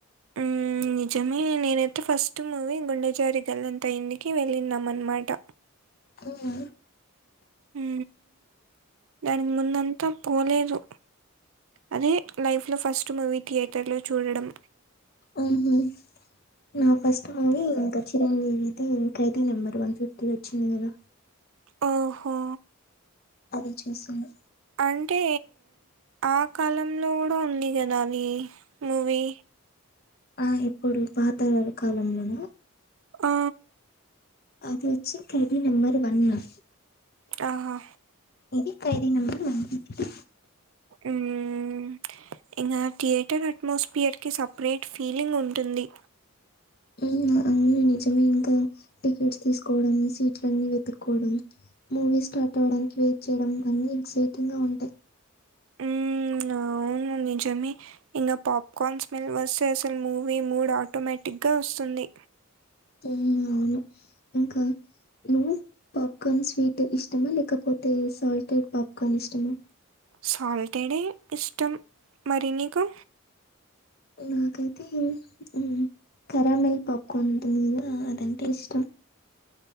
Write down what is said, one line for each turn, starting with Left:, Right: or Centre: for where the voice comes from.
Right: మ్మ్ నిజమే నేనైతే ఫస్ట్ మూవీ గుండెజారి గల్లంతా అయ్యింది వెళ్లినం అనమాట
Left: ఊ ఉ
Right: ఊ దానికి ముందంతా పోలేదు అదే లైఫ్ లో ఫస్ట్ మూవీ థియేటర్ లో చూడడం
Left: ఉహు నా ఫస్ట్ మూవీ ఇంకా చిరంజీవిది ఖైదీ నెంబర్ వన్ ఫిఫ్టీ వచ్చింది కదా
Right: ఓహో
Left: ఆ రోజు చేసింది
Right: అంటే ఆ కాలంలో కూడా ఉంది కదా అది మూవీ
Left: ఆ ఇప్పుడు పాత లావుకాలంలోనా
Right: ఆ
Left: అది వచ్చి ఖైదీ నంబర్ వన్ ఆ
Right: ఆహా
Left: ఇది ఖైదీ నంబర్ వన్ ఫిఫ్టీ
Right: ఉమ్ ఇంకా థియేటర్ అట్మోస్ఫియర్ కి సపరేట్ ఫీలింగ్ ఉంటుంది
Left: అవును అన్ని నిజమే ఇంకా టికెట్స్ తీసుకోవడం సీట్లన్నీ వెతుక్కోవడం మూవీ స్టార్ట్ అవ్వడానికి వెయిట్ చేయడం అన్ని ఎక్సైటింగ్ గా ఉంటాయి
Right: ఉ అవును నిజమే ఇంకా పాప్కాన్ స్మెల్ వస్తే అసలు మూవీ మూడు ఆటోమేటిక్గా వస్తుంది
Left: ఊ అవును ఇంకా నువ్వు పాప్కార్న్ స్వీట్ ఇష్టమా లేకపోతే సాల్టెడ్ పాప్కార్న్ ఇష్టమా
Right: సాల్టెడే ఇష్టం మరి నీకు
Left: నాకైతే ఉ కరామెల్ పాప్కాన్ ఉంటుంది కదా అదంటే ఇష్టం